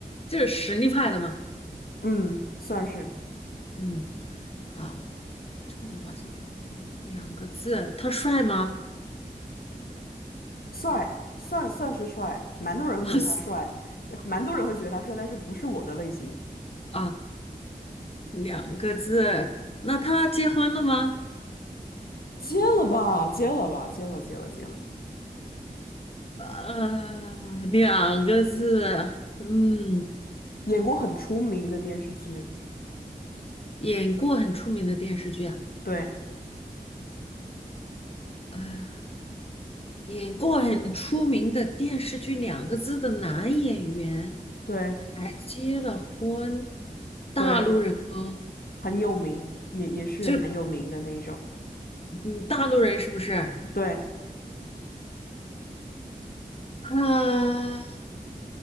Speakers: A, on the left; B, on the left.
A: 这是实力派的嘛。
B: 嗯，算是。
A: 嗯，好，正儿八经的演员，两个字，他帅吗？
B: 帅，算算是帅，蛮多人会觉得他帅，
A: <laughs>
B: 呃蛮多人会觉得他帅，但是不是我的类型。
A: 啊，两个字，那他结婚了吗？
B: 接了吧，接了吧，接了，接了，接了。
A: 呃，两个字，嗯，
B: 演过很出名的电视剧，
A: 演过很出名的电视剧啊，
B: 对
A: 呃，演过很出名的电视剧，两个字的男演员
B: 对
A: 还结了婚，大陆人哦，
B: 对，很有名，也也是蛮有名的那一种。
A: 就嗯，大陆人是不是？
B: 对，
A: 啊，